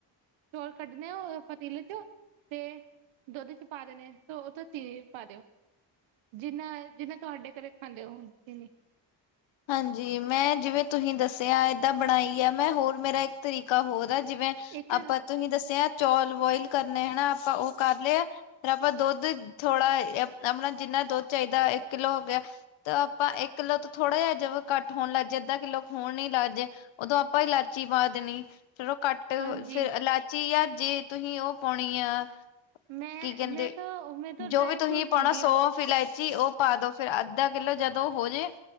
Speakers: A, on the right; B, on the left.
A: ਚੌਲ ਕੱਢਣੇ ਆ ਓਹ ਪਤੀਲੇ ਚੋਂ ਤੇ ਦੁੱਧ ਚ ਪਾ ਦੇ ਨੇ ਆ, ਤੇ ਉਹ ਤੇ ਚੀਨੀ ਵੀ ਪਾ ਦਿਓ। ਜਿੰਹਨਾਂ ਇਹ ਜਿੰਹਨਾਂ ਤੁਹਾਡੇ ਘਰੇ ਖਾਂਦੇ ਹੋ ਓਹ ਚੀਨੀਂ।
B: ਹਾਂਜੀ, ਮੈਂ ਜਿਵੇਂ ਤੁਸੀਂ ਦੱਸਿਆ ਐ, ਇਹਦਾਂ ਬਣਾਈ ਆ ਮੈਂ। ਹੋਰ ਮੇਰਾ ਇੱਕ ਤਰੀਕਾ ਹੋਰ ਆ। ਜਿਵੇਂ
A: ਇੱਕ
B: ਆਪਾਂ ਤੁਸੀਂ ਦੱਸਿਆ ਚੌਲ ਬੋਇਲ ਕਰਨੇ ਹਨਾ ਆਪਾਂ ਉਹ ਕਰ ਲਏ ਆ। ਫਿਰ ਆਪਾਂ ਦੁੱਧ ਥੋੜਾ ਆਪਣਾ ਜਿੰਨਾ ਦੁੱਧ ਚਾਹੀਦਾ ਇੱਕ ਕਿੱਲੋ ਹੋ ਗਿਆ। ਤਾਂ ਆਪਾਂ ਇੱਕ ਕਿਲੋ ਦੁੱਧ। ਥੋੜ੍ਹਾ ਜਿਹਾ ਜ ਘੱਟ ਹੋਣ ਲੱਗ ਜਾਏ ਅੱਧਾ ਕਿੱਲੋ ਖਹੋਣ ਨੀ ਲੱਗ ਜਾਏ ਉਦੋਂ ਆਪਾਂ ਇਲਾਚੀ ਪਾ ਦੇਣੀ। ਚਲੋ ਕੱਟ
A: ਹਾਂਜੀ
B: ਫਿਰ ਇਲਾਇਚੀ ਜਾਂ ਜੇ ਤੁਸੀਂ ਉਹ ਪਾਉਣੀ ਆ।
A: ਮੈਂ-ਮੈਂ
B: ਕੀ ਕਹਿੰਦੇ
A: ਤਾਂ ਮੈਂ ਤਾਂ ਡਰਾਈ
B: ਜੋ ਵੀ ਤੁਸੀਂ
A: ਫਰੂਟ
B: ਪਾਉਣਾ
A: ਪਾਉਂਦੀ
B: ਸੋਵਫ,
A: ਆ
B: ਇਲਾਇਚੀ ਉਹ ਪਾ ਦਿਓ। ਫਿਰ ਅੱਧਾ ਕਿੱਲੋ ਜਦੋਂ ਹੋ ਜਾਏ।